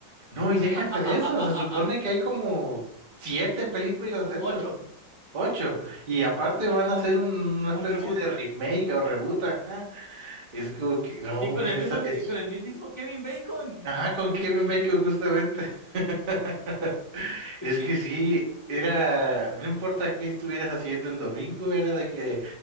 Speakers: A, on the right; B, on the left.
A: No, y déjate
B: <laughs>
A: de eso, se supone que hay como siete películas de
B: Ocho,
A: esas, ocho, y aparte van a hacer un- una
B: un
A: especie
B: reboot.
A: de remake o reboot, ajá, es como que, no,
B: Y con el
A: esa
B: mismo,
A: es,
B: eh, con el mismísimo Kevin Bacon.
A: ajá, con Kevin Bacon justamente, <laughs>
B: Es
A: es
B: que
A: que sí, era, no importa qué estuvieras haciendo el domingo, era de que